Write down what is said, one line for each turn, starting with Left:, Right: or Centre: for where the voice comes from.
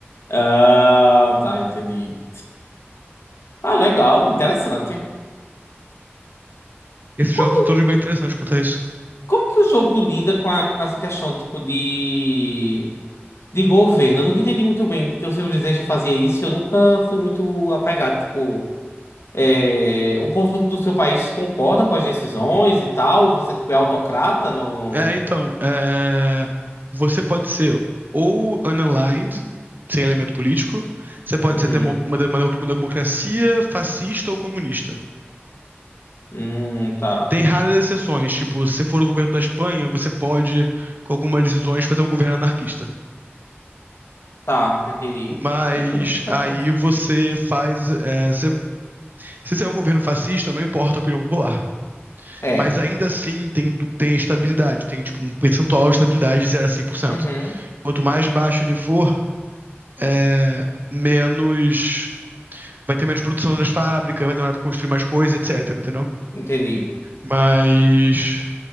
Left: Ah, tá, entendi. Ah, legal, interessante.
Right: Esses jogos
Left: Como,
Right: são todos bem interessantes quanto a isso.
Left: como que o jogo lida com, a- com essa questão, tipo, de, de governo? Eu nunca entendi muito bem porque o Civilization fazia isso e eu nunca fui muito apegado, tipo... é, o povo do, do seu país concorda com as decisões e tal? Você, tipo, é autocrata no...
Right: É, então, é, você pode ser ou unaligned, sem elemento político, você pode
Left: Uhum.
Right: ser demo- uma, demo- uma democracia fascista ou comunista.
Left: Hum, tá.
Right: Tem
Left: <laughs>
Right: raras exceções, tipo, se for o governo da Espanha, você pode, com algumas decisões, fazer um governo anarquista.
Left: Tá, entendi.
Right: Mas
Left: Uhum, interessante.
Right: aí você faz. é, se, se você é um governo fascista, não importa a opinião popular.
Left: É.
Right: Mas ainda assim tem, du- tem estabilidade, tem tipo um percentual de estabilidade de zero a cem por cento.
Left: Uhum,
Right: Quanto mais baixo ele for, é, menos. Vai ter menos produção nas fábricas, vai demorar pra construir mais coisa, etc, entendeu?
Left: entendi.
Right: Mas.